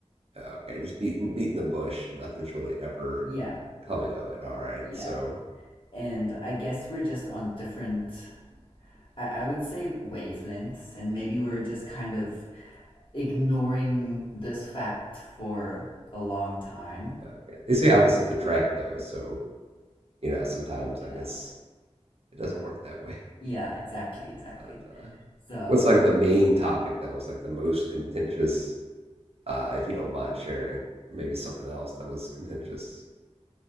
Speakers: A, on the right; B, on the left.
A: okay, just beating beating the bush. and Nothing's really ever
B: Yeah,
A: coming of it. All right.
B: yeah.
A: So,
B: And I guess we're just on different I, I would say wavelengths, and maybe we're
A: uh,
B: just kind of ignoring this fact for a long time.
A: okay. They say opposites attract, though. So, you know, sometimes I
B: Yeah.
A: guess it doesn't work that way.
B: Yeah, exactly, exactly.
A: But uh,
B: So
A: what's like the main topic that was like the most contentious uh, if you don't mind sharing. Or maybe something else that was contentious.